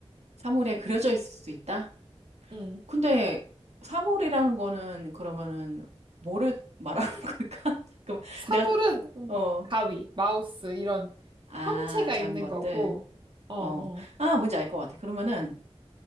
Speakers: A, on the right (about 85°); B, on the right (about 45°).
A: 사물에 그려져 있을 수 있다?
B: 음.
A: 근데 3월이라는 거는 그러면은 뭐를 말하는 걸까? <laughs> 잠깐
B: 사물은
A: 내가
B: 음,
A: 어,
B: 가위, 마우스, 이런
A: 아,
B: 형체가
A: 작은
B: 있는
A: 것들.
B: 거고, 어, 어.
A: 어. 아, 뭔지 알 것 같아. 그러면은